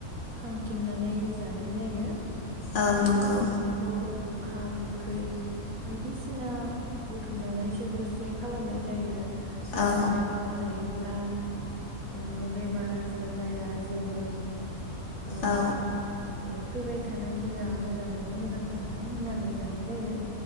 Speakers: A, on the right; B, on the left.
A: खांथिंनानै जानाय जायो।
B: औ
A: ओ
B: नंगौ
A: बेफोरखौ गोखा गोखै बायदिसिना बुथुमनानैसो जौ जे खालामनाय जायो जोङो
B: औ
A: बेखौ जायो ब्ला ओ बेमार आजार जाया जेबो ओ
B: औ
A: फैबाय थानाय दिना मोजाङैनो मोजां थांथों होननानै जानाय जायो